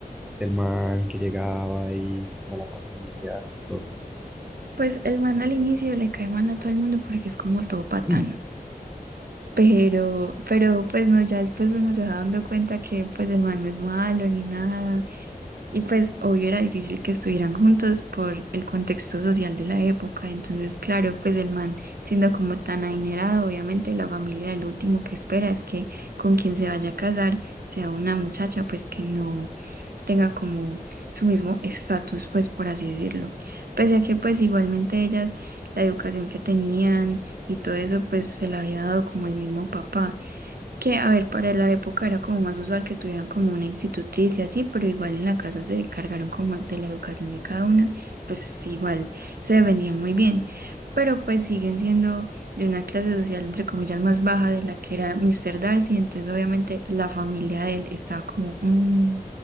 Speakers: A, in the centre; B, on the right.
A: del man que llegaba y como la familia, todo.
B: Pues el man al inicio le cae mal a todo el mundo porque es como todo patán.
A: Pero
B: Pero, pero pues no, ya después uno se va dando cuenta que pues el man no es malo ni nada. Y pues obvio era difícil que estuvieran juntos por el contexto social de la época. Entonces, claro, pues el man siendo como tan adinerado, obviamente la familia del último que espera es que con quien se vaya a casar sea una muchacha pues que no tenga como su mismo estatus, pues por así decirlo. Pese a que pues igualmente ellas, la educación que tenían y todo eso, pues se la había dado como el mismo papá, que a ver, para la época era como más usual que tuvieran como una institutriz y así, pero igual en la casa se encargaron como de la educación de cada una, pues sí, igual se defendían muy bien. pero pues siguen siendo de una clase social entre comillas más baja de la que era Mr. Darcy, entonces obviamente la familia de él estaba como, "Mm,